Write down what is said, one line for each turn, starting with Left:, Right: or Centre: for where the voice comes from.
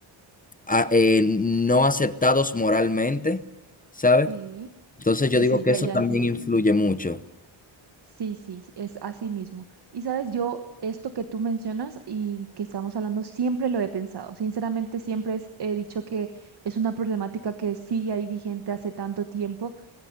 Left: a- eh, no aceptados moralmente, ¿sabes?
Right: sí,
Left: Entonces
Right: sí,
Left: yo digo
Right: sí,
Left: que
Right: ya,
Left: eso
Right: ya
Left: también
Right: entiendo.
Left: influye mucho.
Right: Sí, sí, sí, es así mismo. Y sabes, yo esto que tú mencionas y que estamos hablando, siempre lo he pensado. Sinceramente, siempre es- he dicho que es una problemática que sigue ahí vigente hace tanto tiempo.